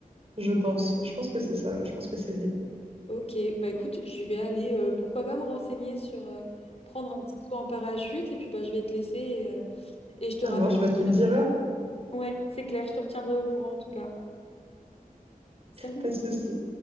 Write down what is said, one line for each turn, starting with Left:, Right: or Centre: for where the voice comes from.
Right: je pense. Je pense que c'est ça. Je pense que c'est lié.
Left: Ok, bah écoute, je vais aller, euh, pourquoi pas me renseigner sur euh, prendre un petit saut en parachute, et puis bah, je vais te laisser, et, euh, et je te
Right: Ça
Left: rappelle
Right: marche, bah
Left: si
Right: tu me
Left: jamais.
Right: diras,
Left: Ouais, c'est clair, je te retiendrai au courant en tout cas. Salut!
Right: pas de souci.